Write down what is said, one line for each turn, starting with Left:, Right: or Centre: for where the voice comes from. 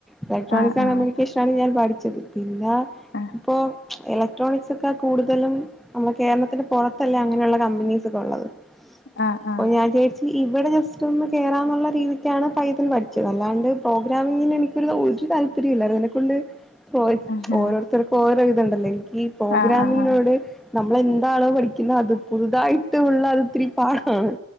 Centre: ഇലക്ട്രോണിക്സാണ്
Left: ആഹ് ആഹ്
Centre: നമ്മള് ഷാണ് ഞാൻ പഠിച്ചത് പിന്നാ
Left: ആഹ്
Centre: പ്പൊ ഇലക്ട്രോണിക്സ് ഒക്കെ കൂടുതലും നമ്മളെ കേരളത്തിന്റെ പോറത്തല്ലേ അങ്ങനെള്ളെ കമ്പനീസ് ഒക്കെ ഉള്ളത്
Left: ആഹ്
Centre: <unintelligible>
Left: ആഹ്
Centre: ഇവിടെ ജസ്റ്റ് ഒന്ന് കയറാന്നുള്ള രീതിക്കാണ് പയ്ത്തൽ പഠിച്ചത് അല്ലാണ്ട് പ്രോഗ്രാമിങ്ങിന് എനിക്കൊരു ഒരു താൽ പര്യ ഇല്ലായിരുന്നു അയ്നെക്കൊണ്ട് ഓര്
Left: ആഹ്
Centre: ഓരോര്ത്തർക്കും ഓരോ ഇതുണ്ടല്ലോ എനിക്ക് ഈ
Left: ആഹ്
Centre: പ്രോഗ്രാമിങ്ങിനോട്
Left: ആഹ് ആഹ്
Centre: നമ്മളെന്താണോ പഠി ക്ക്ന്ന അത് പുതുതായിട്ട് ഉള്ളത്തിരി പാടാണ്